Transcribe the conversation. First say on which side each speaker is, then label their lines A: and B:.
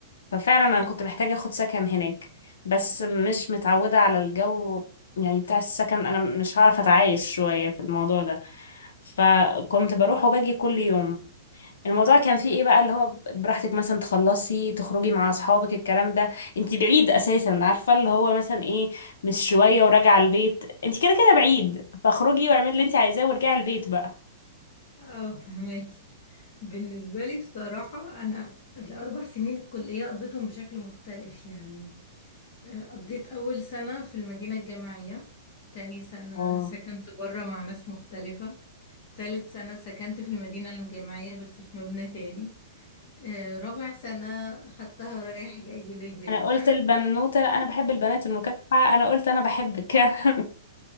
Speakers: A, on the left (about 80°); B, on the left (about 35°).
A: ففعلا أنا كنت محتاجة أخد سكن هناك بس مش متعودة على الجو يعني بتاع السكن أنا مش هعرف أتعايش شوية في الموضوع ده فكنت بروح وباجي كل يوم الموضوع كان فيه ايه بقى اللي هو براحتك مثلا تخلصي تخرجي مع اصحابك الكلام ده انتي بعيد اساسا عارفه اللي هو مثلا ايه مش شويه وراجعه البيت انتي كده كده بعيد فاخرجي واعملي اللي انتي عايزاه وارجعي البيت بقى
B: اه فهماكي بالنسبة لي بصراحة أنا الأربع سنين الكلية قضيتهم بشكل مختلف يعني آه، قضيت أول سنة في المدينة الجامعية تاني سنة
A: اه
B: سكنت برا مع ناس مختلفة تالت سنة سكنت في المدينة الجامعية بس في مبنى تاني آه، رابع سنة خدتها رايح جاي للبيت
A: انا قلت البنوته انا بحب البنات المكافحه انا قلت انا بحبك <laughs>